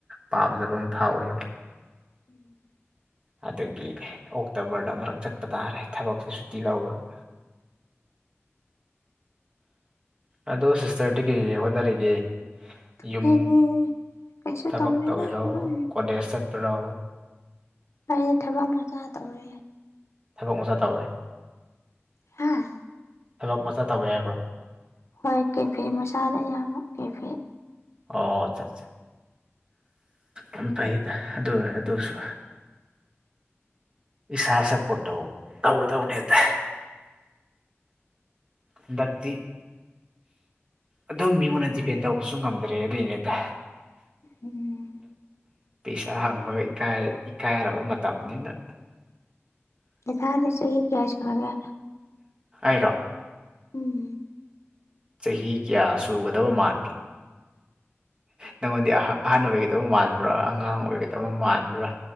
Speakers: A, on the right (about 20°); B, on the left (about 80°).
A: ꯄꯥꯝꯖꯕ ꯑꯃ ꯐꯥꯎꯋꯦꯕ
B: ꯎꯝ
A: ꯑꯗꯒꯤ ꯑꯣꯛꯇꯣꯕꯔꯗ ꯑꯃꯔꯛ ꯆꯠꯄ ꯇꯥꯔꯦ ꯊꯕꯛꯁꯦ ꯁꯨꯇꯤ ꯂꯧꯔꯒ ꯑꯗꫭ ꯁꯤꯁꯇꯔꯗꯤ ꯀꯩꯀꯩ ꯍꯣꯠꯅꯔꯤꯒꯦ ꯌꯨꯝ
B: ꯑꯩꯗꯤ ꯀꯩꯁꯨ
A: ꯊꯕꯛ
B: ꯇꯧꯗꯦꯗ
A: ꯇꯧꯔꯤꯔꯣ
B: ꯑꯗꯨꯝ
A: ꯀꯣꯂꯦꯖꯁ ꯆꯠꯄꯔꯣ
B: ꯑꯩꯗꯤ ꯊꯕꯛ ꯃꯆꯥ ꯇꯧꯔꯤꯌ‌ꯦ
A: ꯊꯕꯛ ꯃꯆꯥ ꯇꯧꯋꯦ
B: ꯍꯥꯥ
A: ꯊꯕꯛ ꯃꯆꯥ ꯇꯧꯋ‌ꯦ ꯍꯥꯏꯕ꯭ꯔꯣ
B: ꯍꯣꯏ ꯀꯦꯐ‌ꯦ ꯃꯆꯥꯗ ꯌꯥꯎꯕ ꯀꯦꯐ‌ꯦ
A: ꯑꯣ ꯑꯠꯆꯥꯆꯥ ꯌꯥꯝ ꯐꯩꯌ‌ꯦꯗ ꯑꯗꯨ ꯑꯗꯨꯁꯨ ꯏꯁꯥ ꯁꯄꫭꯔꯠꯇꯧ ꯇꯧꯒꯗꯕꯅ‌ꯦꯅꯦ ꯍ‌ꯦꯛꯇ ꯍꯟꯗꯛꯇꯤ ꯑꯗꯨꯝ ꯃꯤꯉꯣꯟꯗ ꯗꯤꯄꯦꯟ ꯇꯧꯕꯁꯨ ꯉꯝꯗ꯭ꯔꯦ ꯑꯗꯨꯏꯅꯦꯗ
B: ꯎꯝ
A: ꯄꯤꯁꯥ ꯍꯪꯕꯒ ꯏꯀꯥꯏ ꯏꯀꯥꯏꯔꯕ ꯃꯇꯝꯅꯤꯅ
B: ꯗꯗꯥꯥꯗꯤ ꯆꯍꯤ ꯀꯌꯥꯁꯨꯔꯒꯦ
A: ꯏꯩꯔꫭ
B: ꯎꯝ
A: ꯆꯍꯤ ꯀꯌꯥ ꯁꯨꯒꯗꯕ ꯃꯥꯟꯒꯦ ꯅꯪꯉꯣꯟꯗꯤ ꯑꯍꯟ ꯑꯣꯏꯒꯗꯕ ꯃꯥꯟꯕ꯭ꯔꯥ ꯑꯉꯥꯡ ꯑꯣꯏꯒꯗꯕ ꯃꯥꯟꯕ꯭ꯔꯥ